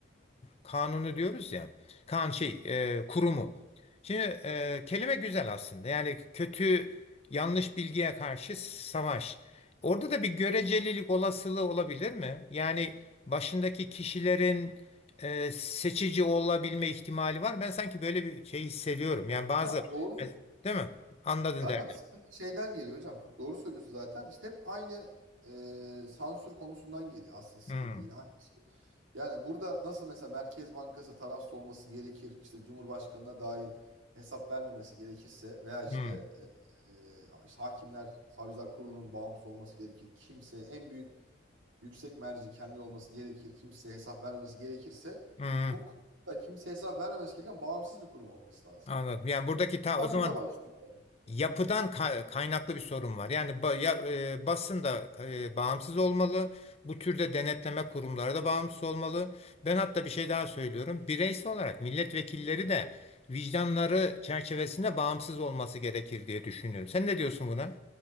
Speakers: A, on the left; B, on the right.
A: kanunu diyoruz ya. Kan şey e, kurumu. Şimdi e, kelime güzel aslında. Yani kötü yanlış bilgiye karşı savaş. Orada da bir görecelilik olasılığı olabilir mi? Yani başındaki kişilerin e, seçici olabilme ihtimali var. Ben sanki böyle bir şey hissediyorum. Yani bazı
B: Ya doğru.
A: e, değil mi? Anladın
B: Zaten
A: derdim.
B: sıkıntı şeyden geliyor hocam. Çok doğru söylüyorsun zaten. İşte hep aynı e, sansür konusundan geliyor aslında sıkıntı
A: Hmm,
B: yine aynı. şey. Yani burada nasıl mesela Merkez Bankası tarafsız olması gerekir, işte Cumhurbaşkanı'na dahil hesap vermemesi gerekirse veya işte,
A: hmm,
B: e, e, işte hakimler, savcılar kurulunun bağımsız olması gerekir. Kimse en büyük yüksek merci kendileri olması gerekir. Kimseye hesap vermemesi gerekirse
A: hmm.
B: bu kurumda kimseye hesap vermemesi gereken bağımsız bir kurum olması lazım.
A: Anladım. Yani buradaki ta
B: Olay
A: o zaman
B: burada başlıyor. yani.
A: yapıdan ka- kaynaklı bir sorun var. Yani ba ya, e, basın da e, bağımsız olmalı. Bu türde denetleme kurumları da bağımsız olmalı. Ben hatta bir şey daha söylüyorum. Bireysel olarak milletvekilleri de vicdanları çerçevesinde bağımsız olması gerekir diye düşünüyorum. Sen ne diyorsun buna?